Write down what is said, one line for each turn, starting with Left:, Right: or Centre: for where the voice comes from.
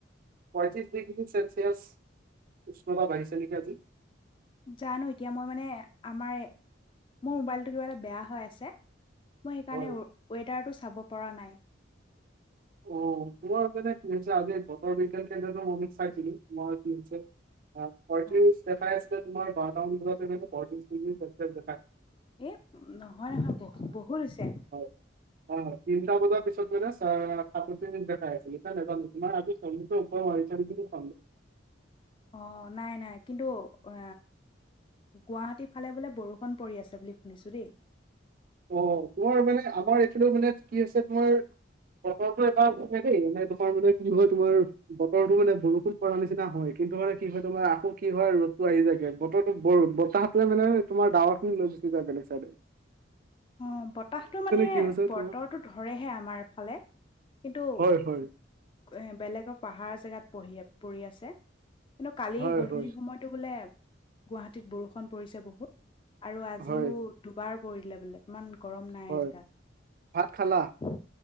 Right: পঁয়ত্ৰিশ ডিগ্ৰী চেলছিয়ছ উষ্তা বাইছে নকে আজি
Left: জানো এতিয়া মই মানে আমাৰ মোৰ মোবাইলটো কিবা এটা বেয়া হৈ আছে মই সেইকাৰণে
Right: হয়
Left: ৱেডাৰটো চাব পৰা নাই
Right: অ তোমাৰ মানে কি হৈছে আজি বতৰ বিজ্ঞান কেন্দ্ৰ অমিত চাইছিলো তোমাৰ কি হৈছে পয়ত্ৰিশ
Left: অ
Right: দেখাই আছিলে তোমাৰটা পয়ত্ৰিশ ডিগ চন্ত
Left: এ নহয় নহয় বহু বহুত হৈছে
Right: হয় ইট বত দিছত মৰে আপ দেখা আহাইছিলে তুমাৰ আ সমু্ৰ উপি
Left: অ নাই নাই কিন্তু অ গুৱাহাটীৰ ফালে বোলে বৰষুণ পৰি আছে বুলি শুনিছো দেই
Right: অ তোমাৰ মানে আমাৰ এইটোো মানে কি আ হৈছে তোমাৰ বতৰটো এবাৰ দেই ম তোমাৰ মানে কি হয় তোমাৰ বতৰটোো মানে বৰষুণ প নিচিনা হয় কিন্তু মানে কি হয় তোমাৰ আকৌ কি হয় ৰ'দতটো আহি যায়গে বতৰটো বতাহলে মানে তোমাৰ ডাৱৰ খিনি লৈ য াকক চাৰে
Left: <inaudible> অ বতাহতটো মানে
Right: কি হৈছে
Left: বতৰটো
Right: তোমাৰ
Left: ধৰেহে আমাৰ ফালে কিন্তু এ
Right: হয়, হয়,
Left: বেলেগৰ পাহাৰ জেগাত পঢ়ি আ পৰি আছে কিন্তু কালি
Right: হয়,
Left: গধূলি
Right: হয়,
Left: সময়তো বোলে গুৱাহাটীত বৰষুণ পৰিছে বহুত আৰু আজিও
Right: হয়,
Left: দুবাৰ পৰিলে বোলে ইমান গৰম নাই
Right: হয়
Left: আজি তাত
Right: ভাত খালা?